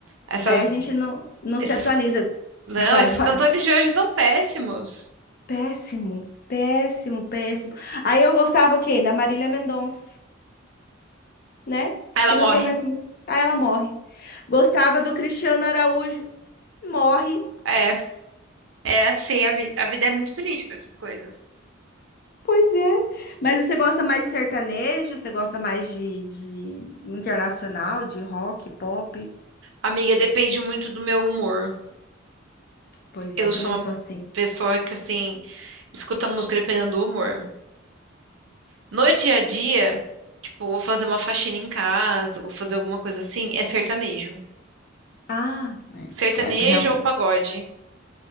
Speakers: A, on the right; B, on the left.
A: Essas,
B: daí a gente não, não
A: esses,
B: se atualiza.
A: não,
B: <laughs> Vai,
A: esses
B: vai.
A: cantores de hoje são péssimos.
B: Péssimo, péssimo, péssimo. Aí eu gostava quem? Da Marília Mendonça, né?
A: Ela
B: Que
A: morre.
B: não tem mais. mu- Aí ela morre. Gostava do Cristiano Araújo, morre.
A: É, é assim, a vida, a vida é muito triste para essas coisas.
B: Pois é. Mas você gosta mais de sertanejo? Você gosta mais de, de internacional, de rock, pop?
A: Amiga, depende muito do meu humor.
B: Pois
A: Eu
B: é, eu também
A: sou uma
B: sou assim.
A: pessoa que, assim, escuta música dependendo do humor. No dia a dia, tipo, vou fazer uma faxina em casa, vou fazer alguma coisa assim, é sertanejo.
B: Ah,
A: Sertanejo
B: é, é realmente.
A: ou pagode?